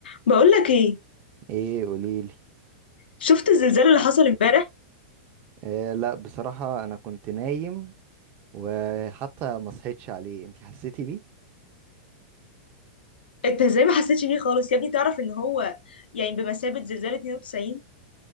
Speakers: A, on the left; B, on the right.
A: بقول لك ايه
B: ايه قوليلي
A: شفت الزلزال اللي حصل امبارح
B: آه لا بصراحة انا كنت نايم وحتى ما صحيتش عليه انتي حسيتي بيه
A: انت ازاي ما حسيتش بيه خالص يا ابني تعرف ان هو يعني بمثابة زلزال 92